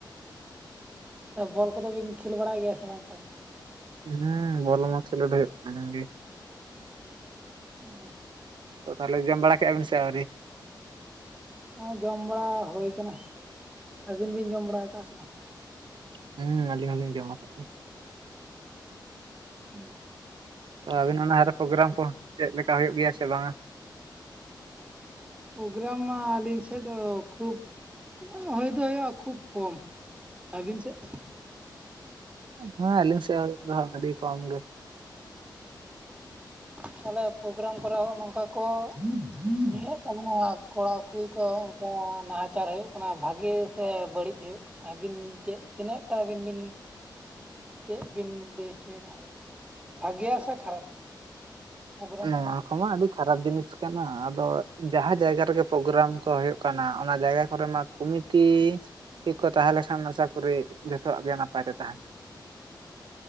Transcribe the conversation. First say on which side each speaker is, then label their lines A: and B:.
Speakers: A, on the right (about 15°); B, on the right (about 80°).
A: ᱵᱚᱞ ᱠᱚᱫᱚ ᱵᱤᱱ ᱠᱷᱮᱞ ᱵᱟᱲᱟᱭ ᱜᱮᱭᱟ ᱥᱮ ᱵᱟᱝ ᱛᱟᱦᱞᱮ?
B: ᱦᱩᱸᱻ ᱵᱚᱞᱚ ᱢᱟ ᱠᱷᱮᱞᱚᱰ ᱦᱩᱭᱩᱜ ᱠᱟᱱ ᱜᱤ᱾
A: ᱚᱸᱻ
B: ᱛᱚ ᱛᱟᱦᱚᱞᱮ ᱡᱚᱢ ᱵᱟᱲᱟ ᱠᱮᱜᱼᱟ ᱵᱤᱱ ᱥᱮ ᱟᱹᱣᱨᱤ?
A: ᱳ ᱻᱡᱚᱢ ᱵᱟᱲᱟ ᱦᱩᱭ ᱠᱟᱱᱟ ᱟᱹᱵᱤᱱ ᱵᱤᱱ ᱡᱚᱢ ᱵᱟᱲᱟ ᱟᱠᱟᱜᱼᱟ ᱥᱮ ᱵᱟᱝ?
B: ᱦᱩᱸᱻ ᱟᱹᱞᱤᱧ ᱦᱚᱸᱞᱤᱧ ᱡᱚᱢᱟ ᱟᱠᱟᱫ ᱜᱮ᱾
A: ᱦᱮᱸ
B: ᱛᱚ ᱟᱵᱤᱱ ᱚᱱᱟᱨᱯᱨᱳᱜᱨᱟᱢ ᱠᱚ ᱪᱮᱫ ᱞᱮᱠᱟ ᱦᱩᱭᱩᱜ ᱜᱮᱭᱟ ᱥᱮ ᱵᱟᱝᱟ?
A: ᱯᱨᱳᱜᱨᱟᱢ ᱢᱟ ᱟᱹᱞᱤᱧ ᱥᱮᱫ ᱫᱚ ᱠᱷᱩᱵᱽ ᱦᱩᱭᱴᱭ ᱫᱚ ᱦᱩᱭᱩᱜᱼᱟ᱾ ᱠᱷᱩᱵ ᱠᱚᱢ ᱟᱹᱵᱤᱱ ᱥᱮᱫ?
B: ᱦᱮᱸ ᱟᱹᱞᱤᱧ ᱥᱮ ᱟᱹᱰᱤ ᱠᱚᱢ ᱜᱮ᱾ <inaudible>
A: ᱛᱟᱦᱚᱞᱮ ᱯᱨᱳᱜᱨᱟᱢ ᱠᱚᱨᱮ ᱱᱚᱜᱚᱱᱚᱝᱠᱟ ᱠᱚ ᱱᱚᱝᱠᱟ ᱠᱚ ᱦᱮᱭᱮᱫ ᱛᱟᱵᱚᱱᱟ ᱠᱚᱲᱟᱼ ᱠᱩᱲᱤ ᱠᱚ ᱚᱱᱠᱟ᱾ ᱱᱟᱦᱟᱪᱟᱨ ᱦᱩᱭᱩᱜ ᱠᱟᱱᱟ ᱵᱷᱟᱹᱜᱤ ᱥᱮ ᱵᱟᱹᱲᱤᱡ ᱦᱩᱭᱩᱜ ᱠᱟᱱᱟ ᱟᱹᱵᱤᱱ ᱪᱮᱫ ᱛᱤᱱᱟᱹᱜᱴᱟᱜ ᱟᱹᱵᱤᱱ ᱵᱤᱱᱻ ᱪᱮᱜ ᱵᱤᱱ ᱞᱟᱹᱭ ᱦᱚᱪᱚᱭᱮᱫᱟ ᱵᱷᱟᱹᱜᱮᱭᱟ ᱥᱮ ᱠᱷᱟᱨᱟᱯᱟ? ᱯᱨᱳᱜᱨᱟᱢ
B: ᱱᱚᱣᱟ
A: ᱠᱚᱨᱟᱣ?
B: ᱠᱚ ᱢᱟ ᱟᱰᱤᱻ ᱠᱷᱟᱨᱟᱯ ᱡᱤᱱᱤᱥ ᱠᱟᱱᱟ ᱟᱫᱚ ᱡᱟᱦᱟᱸ ᱡᱟᱭᱜᱟ ᱨᱮᱜᱮ ᱯᱨᱳᱜᱨᱟᱢ ᱠᱚ ᱦᱩᱭᱩᱜ ᱠᱟᱱᱟ ᱚᱱᱟ ᱡᱟᱭᱜᱟ ᱠᱚᱨᱮ ᱢᱟ ᱠᱚᱢᱤᱴᱤ ᱠᱚ ᱛᱟᱦᱮᱸᱞᱮᱠᱷᱟᱱ ᱟᱥᱟ ᱠᱚᱨᱤ ᱡᱚᱛᱚᱣᱟᱜ ᱜᱮ ᱱᱟᱯᱟᱭ ᱛᱮ ᱛᱟᱦᱮᱱᱟ᱾